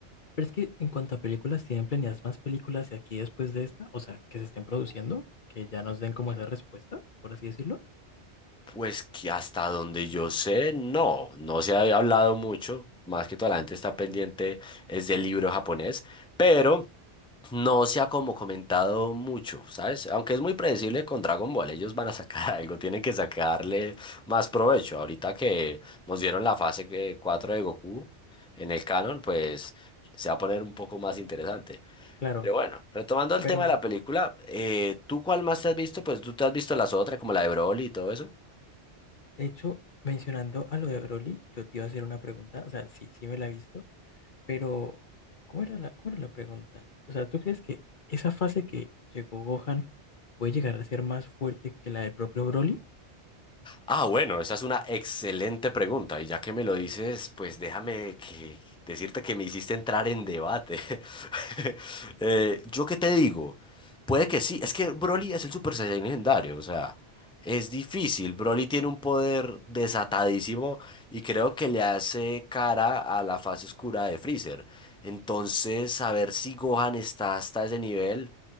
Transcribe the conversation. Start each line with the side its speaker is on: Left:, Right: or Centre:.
Left: pero es que en cuanto a películas, tienen planeadas más películas de aquí después de esta, o sea, que se estén produciendo, que ya nos den como esas respuestas, por así decirlo.
Centre: Pues que hasta donde yo sé, no, no se había hablado mucho, más que toda la gente está pendiente es del libro japonés, pero no se ha como comentado mucho, ¿sabes? Aunque es muy predecible con Dragon Ball, ellos van a sacar <laughs> algo, tienen que sacarle más provecho. Ahorita que nos dieron la fase que- 4 de Goku en el canon, pues se va a poner un poco más interesante.
Left: Claro,
Centre: Pero bueno, retomando el
Left: pero
Centre: tema de la película, eh, ¿tú cuál más te has visto? Pues tú te has visto las otras, como la de Broly y todo eso.
Left: De hecho, mencionando a lo de Broly, yo te iba a hacer una pregunta, o sea, sí, sí me la he visto, pero ¿cómo era la, cómo era la pregunta? O sea, ¿tú crees que esa fase que llegó Gohan puede llegar a ser más fuerte que la del propio Broly?
Centre: Ah, bueno, esa es una excelente pregunta. Y ya que me lo dices, pues déjame que decirte que me hiciste entrar en debate. <laughs> Eh, ¿yo qué te digo? Puede que sí. Es que Broly es el Super Saiyan legendario. O sea, es difícil. Broly tiene un poder desatadísimo y creo que le hace cara a la fase oscura de Freezer. Entonces, saber si Gohan está hasta ese nivel.